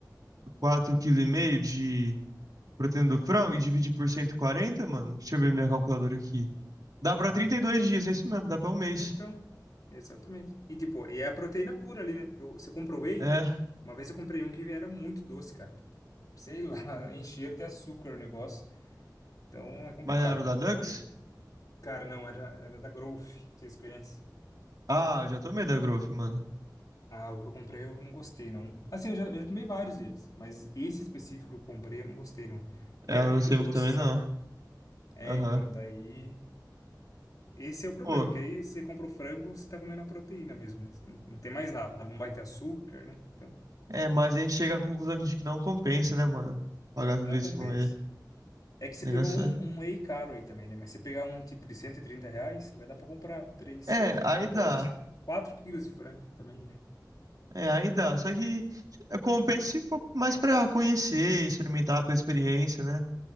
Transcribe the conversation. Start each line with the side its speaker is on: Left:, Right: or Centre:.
Right: 4,5 kg de proteína do frango e dividir por 140, mano, deixa eu ver minha calculadora aqui. Dá pra
Left: aham.
Right: trinta e dois dias, é isso mesmo, dá pra um mês.
Left: Então, exatamente. E tipo, e é a proteína pura ali, né? Porque eu- você compra whey,
Right: É,
Left: uma vez eu comprei um que era muito doce, cara. Tipo, Sei lá, <laughs> encher de açúcar o negócio. Então é complicado.
Right: mas era o da Dux?
Left: Aí, cara, não, era, era da Growth, vocês conhecem?
Right: Ah, eu já tomei da Growth, mano.
Left: Ah, o que eu comprei eu não gostei, não. Assim, eu já, eu já tomei vários deles, mas esse específico que eu comprei eu não gostei, não.
Right: É,
Left: Que
Right: eu
Left: era
Right: não
Left: muito
Right: gostei
Left: doce,
Right: muito também,
Left: sabe?
Right: não.
Left: É,
Right: Aham.
Left: então, daí Esse é o problema,
Right: Pô,
Left: porque aí você compra o frango, você tá comendo a proteína mesmo, né? Você Não não tem mais nada, não vai ter açúcar, né? Então,
Right: é, mas a gente chega à conclusão de que não compensa, né, mano? Pagar tudo
Left: não
Right: isso
Left: compensa.
Right: não é.
Left: É que você
Right: O negócio
Left: pegou um,
Right: é.
Left: um whey caro aí também, né? Mas se você pegar um tipo de 130 reais, vai dar pra comprar três,
Right: É,
Left: 6, 9,
Right: aí
Left: 12,
Right: dá.
Left: 4 quilos de frango também, né?
Right: É, aí dá. Só que é, compensa se for mais pra conhecer, experimentar pela experiência, né?